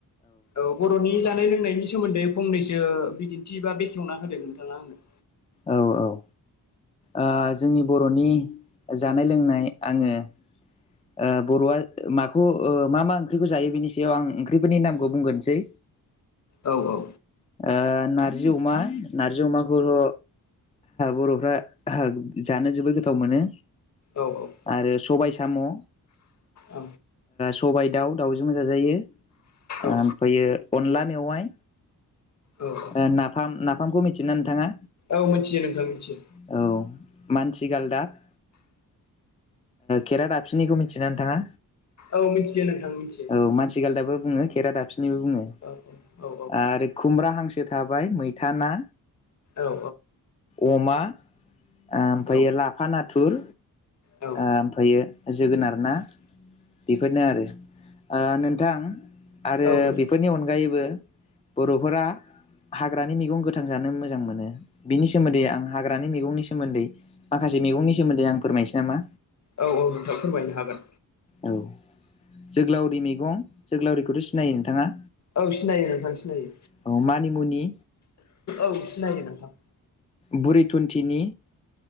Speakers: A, on the left; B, on the left.
A: औ बर'नि जानाय लोंनायनि सोमोन्दै फंनैसो बिदिन्थि बा बेखेवना होदो नोंथाङा आंनो
B: औ औ ओ जोंनि बर'नि जानाय लोंनाय आङो ओ बर'आ माखौ ओ मा मा ओंख्रिखौ जायो बेनि सायाव आं ओंख्रिफोरनि नामखौ बुंगोरनोसै
A: औ औ
B: ओ नारजि अमा नारजि अमाखौबो बर'फ्रा जानो जोबोद गोथाव मोनो
A: औ औ
B: आरो सबाय साम' ओ
A: औ
B: सबाय दाउ दाउजोंबो जाजायो
A: औ
B: ओमफ्रायो अनला मेवाइ
A: औ औ
B: ओ नाफाम नाफामखौ मिथियोना नोंथाङा?
A: औ मिथियो नोंथां मिथियो
B: औ मानसि गालदाब खेरा दाबसिननिखौ मिथियोना नोंथाङा?
A: औ मिथियो नोंथां मिथियो
B: औ मानसि गालदाबो बुङो खेरा दाबसिनिबो बुङो
A: औ औ
B: आरो खुमब्रा हांसो थाबाय मैथा ना
A: औ
B: अमा ओमफ्राय
A: औ
B: लाफा नाथुर
A: औ
B: ओमफ्रायो जोगोनार ना बेफोरनो आरो ओ नोंथां आरो
A: औ नोंथां
B: बेफोरनि अनगायैबो बर'फोरा हाग्रानि मैगं गोथां जानो मोजां मोनो बिनि सोमोनदै आं हाग्रानि मैगंनि सोमोनदै माखासे मैंनि सोमोनदै आं फोरमायनोसै नामा?
A: औ औ नोंथां फोरमायनो हागोन
B: औ जोग्लावरि मैगं जोग्लावरिखौथ' सिनायो नोंथाङा
A: औ सिनायो नोंथां सिनायो
B: औ मानिमुनि
A: औ सिनायो नोंथां
B: बुरि थुनथिनि